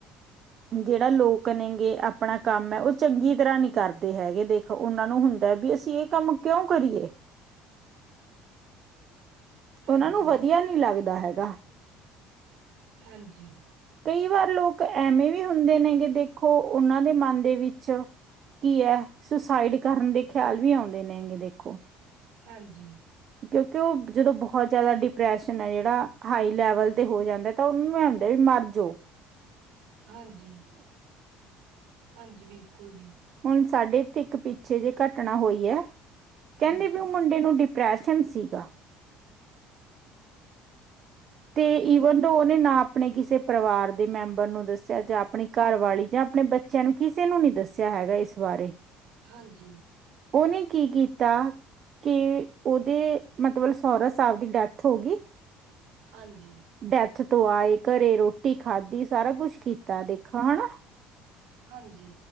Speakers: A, on the right; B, on the right.
A: ਜੇੜਾ ਲੋਕ ਨੇ ਗੇ ਅਪਣਾ ਕਾੱਮ ਐ, ਓ ਚੰਗੀ ਤਰਾਂ ਨੀ ਕਰਦੇ ਹੈਗੇ ਦੇਖੋ ਉਨਾਂ ਨੂੰ ਹੁੰਦੈ ਵੀ ਅਸੀਂ ਇਹ ਕੰਮ ਕਯੋਂ ਕਰੀਏ
B: ਹਾਂਜੀ
A: ਓਨਾਂ ਨੂੰ ਵਦਿਆ ਨੀ ਲੱਗਦਾ ਹੈਗਾ।
B: ਹਾਂਜੀ।
A: ਕਈ ਵਾਰ ਲੋਕ ਐਵੇਂ ਵੀ ਹੁੰਦੇ ਨੇ ਗੇ ਦੇਖੋ, ਓਨਾਂ ਦੇ ਮਨ ਦੇ ਵਿੱਚ ਕੀ ਐ, ਸੁਸਾਈਡ ਕਰਨ ਦੇ ਖਿਆਲ ਵੀ ਆਓਂਦੇ ਨੇ ਗੇਂ ਦੇਖੋ
B: ਹਾਂਜੀ।
A: ਕਯੋਂਕਿ ਓ, ਜਦੋਂ ਬਹੋਤ ਜ਼ਿਆਦਾ ਡਿਪਰੈਸ਼ਨ ਐ ਜੇੜਾ ਹਾਈ ਲੈਵਲ ਤੇ ਹੋ ਜਾਂਦੈ ਤਾਂ ਓਨੂੰ ਐ ਹੁੰਦਾ ਵੀ ਮਰ ਜੋ।
B: ਹਾਂਜੀ, ਹਾਂਜੀ ਬਿਲਕੁੱਲ ਜੀ।
A: ਹੁਨ ਸਾਡੇ ਇੱਥੇ ਇੱਕ ਪਿੱਛੇ ਜੇ ਘਟਣਾ ਹੋਈ ਐ, ਕੈਨਦੇ
B: ਹਾਂਜੀ
A: ਵੀ ਓ ਮੁੰਡੇ ਨੂੰ ਡਿਪਰੈਸ਼ ਸ਼ਨ ਸੀਗਾ। ਤੇ
B: ਹਾਂਜੀ
A: ਈਵਨ ਦੋ ਓਨੇ ਨਾ ਅਪਣੇ ਕਿਸੇ ਪਰਿਵਾਰ ਦੇ ਮੈਂਬਰ ਨੂੰ ਦੱਸ ਦੱਸਿਆ ਜਾਂ, ਅਪਣੀ ਘਾੱਰ ਵਾਲੀ ਜਾਂ, ਅਪਣੇ ਬੱਚੇਆਂ ਨੂੰ, ਕਿਸੇ ਨੂੰ ਨੀ ਦੱਸੇਆ ਹੈਗਾ ਇਸ ਬਾਰੇ
B: ਹਾਂਜੀ।
A: ਓਨੇ ਕੀ ਕੀਤਾ ਕੀ ਓਦੇ ਮਤਬਲ ਸੌਰਾ ਸਾਬ ਦੀ ਡੈਥ ਹੋ ਗੀ
B: ਹਾਂਜੀ।
A: ਡੈਥ ਤੋਂ ਆਏ, ਘੱਰੇ ਰੋਟੀ ਖਾਦੀ ਸਾਰਾ ਕੁਛ ਕੀਤਾ ਦੇਖੋ ਹਣਾ
B: ਹਾਂਜੀ।